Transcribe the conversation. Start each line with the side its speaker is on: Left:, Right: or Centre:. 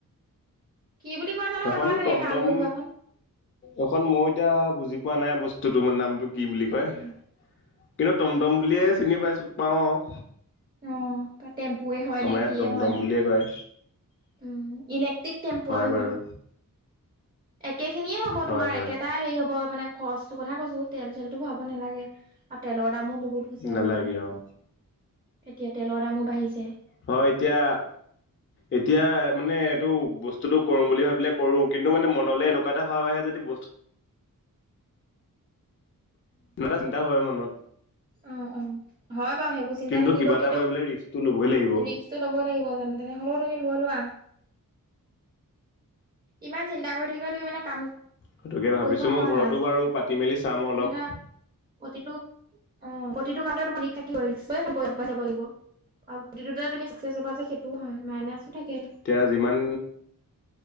Right: কি বুলি কয় জানো
Left: এখনো
Right: সেইখন
Left: টমটম
Right: সেই মাল টো চোৱাছোন।
Left: এখন মৌ এতিয়া বুজি পোৱা নাই বস্তুটো মই নামটো কি বুলি কয়,
Right: সেইটো
Left: কিন্তু টমটম বুলিয়ে চিনি পাইছোঁ পাওঁ আওঁ।
Right: অ' টেম্পুৱে হয়
Left: আম
Right: নে
Left: ইয়াত
Right: কিয়ে
Left: তম
Right: হয়
Left: তম
Right: নে
Left: বুলিয়ে কয়।
Right: উম, ইলেক্ট্ৰিক টেম্পু
Left: হয়
Right: আৰু সেইখন।
Left: বাৰু।
Right: একে খিনিয়ে হ'ব
Left: হয়
Right: তোমাৰ
Left: হয়
Right: একেটাই হেৰি হব মানে খৰচটো কথা কৈছো তেল চেলটো ভব নালাগে আৰু তেলৰ দামো বহুত হৈছে
Left: নালাগে
Right: আজিকালি।
Left: অ'
Right: এতিয়া তেলৰ দামো বাঢ়িছে।
Left: হয় এতিয়া এতিয়া মানে এইটো বস্তুতটো কৰো বুলি ভাবিলে কৰো, কিন্তু মানে মনলৈ এনেকুৱা এটা ভাৱ আহে যদি বস্তু কিবা এটা চিন্তা হয় মনত।
Right: উম, উম, হয় বাৰু সেইবোৰ চিন্তা
Left: কিন্তু
Right: থাকিবই
Left: কিবা এটা
Right: কিন্তু
Left: কৰিবলৈ ৰিস্কটো ল'বই লাগিব
Right: ৰিক্স টো লব লাগিব জেনে তেনে হ'লেও তুমি লৈ লোৱা। ইমান চিন্তা কৰি থাকিলে তুমি মানে কাম
Left: সেইটোকে ভাবিছো,
Right: কৰিব নোৱাৰা
Left: মই ঘৰতো বাৰু পাতি মেলি চাম
Right: যিকোনো
Left: অলপ।
Right: এটা প্ৰতিটো অ প্ৰতিটো কাৰণ তুমি ৰিস্ক থাকিবয়ে <inaudible> লাগিব। আৰু প্ৰতিটোতে তুমি সক্সেছ হবা যে সেইটোও হয়, মাইনাছো থাকে।
Left: এতিয়া যিমান